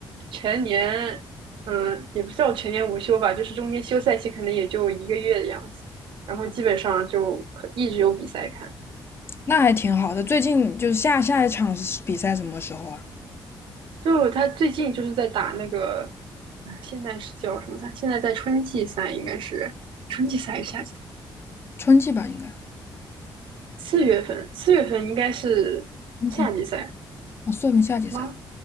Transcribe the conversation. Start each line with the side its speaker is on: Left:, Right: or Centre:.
Right: 全年，嗯，也不叫全年无休吧，就是中间休赛期可能也就一个月的样子，然后基本上就可一直有比赛看。
Left: 那还挺好的。最近就是下下一场是比赛什么时候啊？
Right: 就他最近就是在打那个，嗯，现在是叫什么赛？现在在春季赛，应该是春季赛还是夏季赛？
Left: 春季吧，应该
Right: 四月份，四月份应该是夏季赛，
Left: 冬天啊，算不算夏季赛，
Right: 吗？